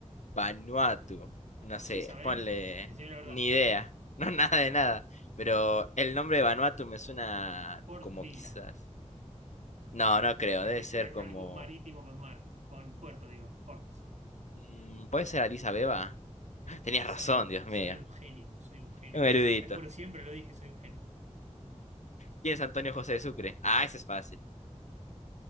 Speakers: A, on the left; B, on the right.
A: Vanuatu. No
B: ¿Vos
A: sé,
B: sí sabés?
A: ponle
B: Decime la verdad.
A: ni idea. <laughs> No, nada de nada. Pero el nombre de Vanuatu me suena
B: Port
A: como
B: Vila.
A: quizás. No, no creo, debe
B: ¿A qué-
A: ser
B: a- es
A: como
B: algo marítimo con mar. Con puerto, digo. Port.
A: Mm, puede ser Addis Abeba. <gasps> Tenías
B: Soy
A: razón,
B: un,
A: Dios
B: soy
A: mío.
B: un genio, soy un genio,
A: Un
B: boludo.
A: erudito.
B: Te juro, siempre lo dije, soy un genio.
A: ¿Quién es Antonio José de Sucre? Ah, ese es fácil.